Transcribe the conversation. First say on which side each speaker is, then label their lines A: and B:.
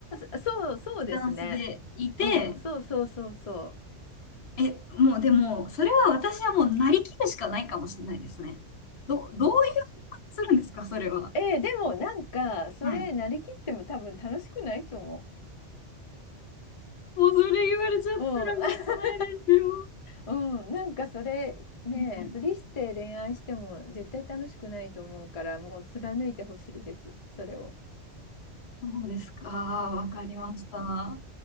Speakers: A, on the left (about 40°); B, on the left (about 65°).
A: あ、そう、そうですね。
B: スタンスでいて、
A: うん、そうそうそうそ
B: え、もうでも、それは私はもうなりきるしかないかもしれないですね。ど、どういう、するんですか、それは。
A: う。えーでもなんか、それ、
B: はい。
A: なりきっても多分楽しくないと思
B: もうそれ言われちゃったらもうしないですよ。
A: う。うん。<laughs> うん、なんかそれね、
B: はい。
A: ふりして恋愛しても絶対楽しくないと思うから、もう貫いてほしいです、それを。
B: そうですか、わかりました。